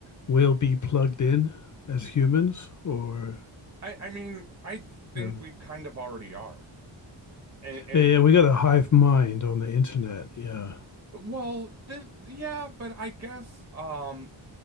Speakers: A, on the left (about 40°); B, on the right (about 35°).
A: we'll be plugged in as humans, or
B: I, I mean, I think
A: you know,
B: we kind of already are. And, and
A: yeah, yeah,
B: and
A: we got a hive mind on the internet. Yeah,
B: well, th- yeah, but I guess um